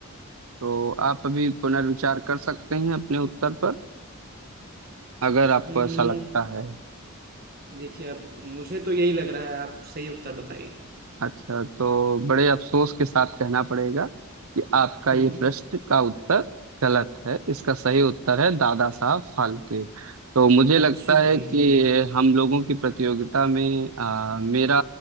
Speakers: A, on the right (about 75°); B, on the right (about 45°).
A: तो आप अभी पुनर्विचार कर सकते हैं अपने उत्तर पर अगर आपको
B: हम्म,
A: ऐसा लगता है
B: देखिए अब मुझे तो यही लग रहा है आप सही उत्तर बताइए
A: अच्छा तो बड़े अफसोस के साथ कहना पड़ेगा कि आपका
B: हम्म
A: ये प्रश्न का उत्तर गलत है इसका सही उत्तर है दादा साहब फाल्के तो मुझे
B: अच्छा
A: लगता है
B: जी
A: कि हम लोगों की प्रतियोगिता में आ, मेरा